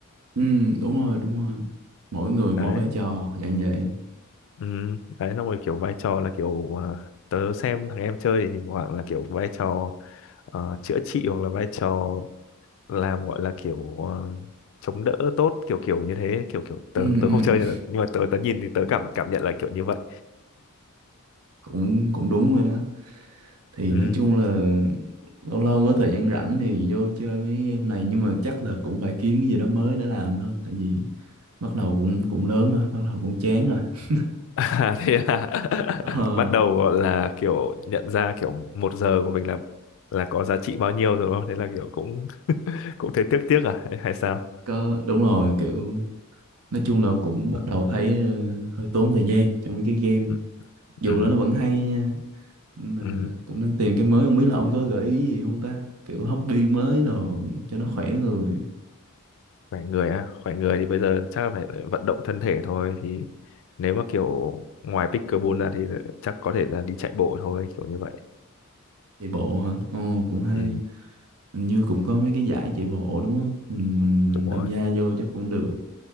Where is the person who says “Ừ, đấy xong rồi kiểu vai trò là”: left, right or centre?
Left